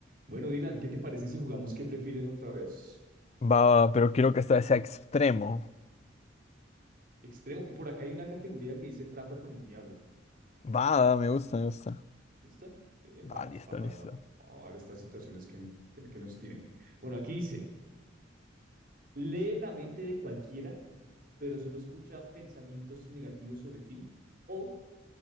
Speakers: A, on the right; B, on the left.
A: Bueno, Dylan, ¿qué te parece si jugamos qué prefieres otra vez?
B: Va, pero quiero que esta sea extremo.
A: Extremo, por acá hay una categoría que dice trato con el diablo.
B: Va, me gusta, me gusta.
A: ¿Listo? Epa,
B: Va, listo,
A: es para
B: listo.
A: ahora estas situaciones que, que, que nos tienen. Bueno, aquí dice, lee la mente de cualquiera, pero solo escucha pensamientos negativos sobre ti, o